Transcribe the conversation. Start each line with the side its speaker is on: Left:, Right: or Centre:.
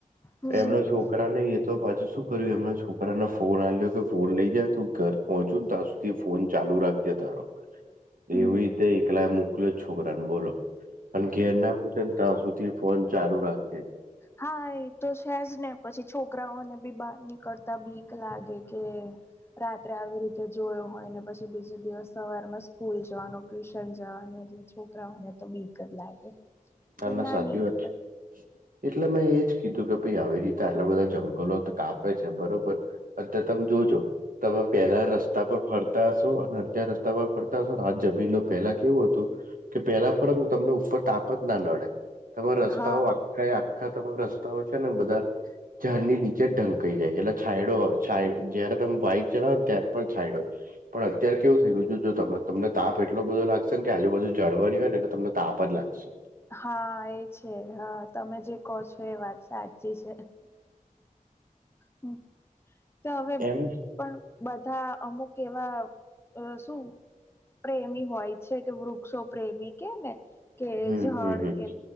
Left: હમ
Right: એમના છોકરા ને એ તો પાછુ શું કર્યું એમના છોકરાને ફોન આલયો કે ફોન લઈ જાય તું ઘર પહોંચુ ને ત્યાં સુધી ફોન ચાલુ રાખજે તારો <inaudible>
Left: હમ
Right: એવી રીતે એકલા મોકલ્યો છોકરાને બોલો પણ ઘેર ના
Left: હા
Right: પોછ ત્યાં સુધી ફોન ચાલુ રાખશે
Left: હા એ તો છેજ ને પછી છોકરાઓને બી બહાર નીકળતા બીક લાગે કે રાત્રે આવી રીતે જોયો હોય ને પછી બીજ દિવસ સવાર માં સ્કૂલ જવાનું ટ્યુશન જવાનું એટલે છોકરાઓને તો બીક જ લાગે. એટલે
Right: ના ના સાચી
Left: નીકળે
Right: વાત છે. એટલે મેં એજ કીધું કે ભાઈ આવી રીતે આટલા બધા જંગલો તો કાપે છે બરોબર અત્યારે તમે જોજો તમે પહેલા રસ્તા રસ્તા પર ફરતા હશો અને અતાર રસ્તા પર ફરતા હશો આ જમીન ન પહેલા કેવું હતું? કે પેલા ફરક તો તમને ઉપર તાપ જ ના નડે તમામે રસ્તાઓ,
Left: હા
Right: કઈ આખા તમા રસ્તાઓ છે ને બધા ઝરની નીચે ઢંકાઈ જાય એટલે છાયડો જય્યારે તમે વાઈક ચલાવો ને ત્યારે પણ છાયડોય પણ અત્યારે કેવું થઈ ગયું છે જો ત તમને તાપ એટલો બધો લાગશે કે આજુધુ જાળવાની હોય ને તમને તા પર લાગશે.
Left: હા એ છે હા તમે જે કહો છો એ વાત સાચી છે. હ તો હવે
Right: એમ
Left: પણ બધા અમુક એવા શું? પ્રેમી હોય છે કે વૃક્ષો પ્રેમી કે ને કે
Right: હમ
Left: જળ
Right: હમ હમ
Left: કે